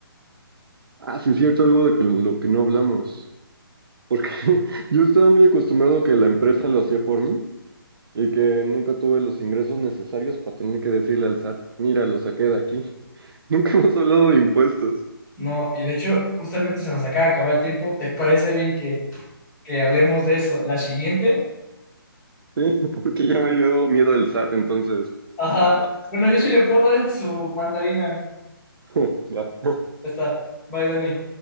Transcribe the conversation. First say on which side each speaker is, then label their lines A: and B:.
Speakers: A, on the right; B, in the centre.
A: Ah, sí, es cierto, algo de que, lo que no hablamos. Porque <laughs> yo estaba muy acostumbrado que la empresa lo hacía por mí y que nunca tuve los ingresos necesarios para tener que decirle al SAT, mira, lo saqué de aquí. <laughs> Nunca hemos hablado de impuestos.
B: No, y de hecho, justamente se nos acaba de acabar el tiempo. ¿Te parece bien que, que hablemos de eso la siguiente?
A: Sí, <laughs> porque ya me dio miedo el SAT, entonces,
B: Ajá.
A: va,
B: Bueno, yo sí le puedo dar su mandarina.
A: <laughs> va.
B: Ya está. Bye, Dani.